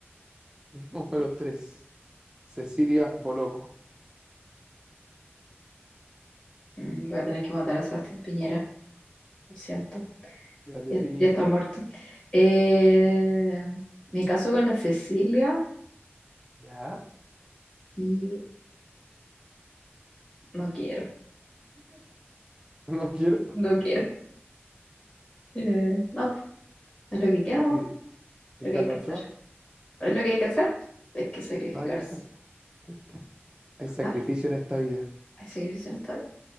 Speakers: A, on the right; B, on the left.
A: <laughs> Número tres, Cecilia Boloco.
B: Mm, Voy a tener que matar a Sebastián Piñera, lo siento.
A: Grande
B: Ya,
A: Piñi.
B: ya está muerto. Eh, me caso con la Cecilia
A: Ya,
B: y no quiero,
A: <laughs> no quiero.
B: no quiero. Eh, no, pues, es lo que queda, ¿no?
A: Y, y
B: Lo que
A: Carla
B: hay que
A: Ochoa,
B: hacer. Es lo que hay que hacer. Hay que sacrificarse.
A: nada que hacer. po. Viste, Hay sacrificio
B: Ah,
A: en esta vida.
B: ¿hay sacrificio en esta vida?